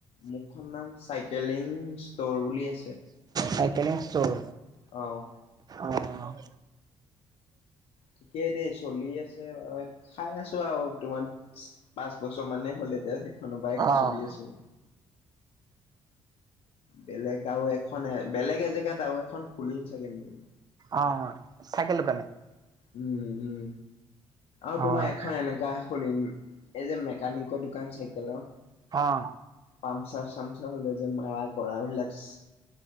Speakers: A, on the left; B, on the right.
A: মোৰখন নাম চাইকেলিং ষ্টৰ বুলি আছে।
B: Cycling store.
A: অহ।
B: অহ।
A: ঠিকে দেই চলি আছে। খাই আছোঁ আৰু তোমাৰ পাঁচ বছৰ মানে হ'ল এতিয়া কোনো বাইক
B: অ',
A: চলি আছোঁ। বেলেগ আৰু এখন বেলেগ এজেগাত আৰু এখন খুলিম চাগে মই।
B: অ চাইকেল দোকানে।
A: উম উম। আৰু তোমাৰ
B: অ',
A: এখন এনেকা খলম, এই যে মেকানিকৰ দোকান চাইকেলৰ।
B: অ'।
A: পামচাৰ-চামচাৰ হ'লে যে মাৰা কৰা <unintelligible>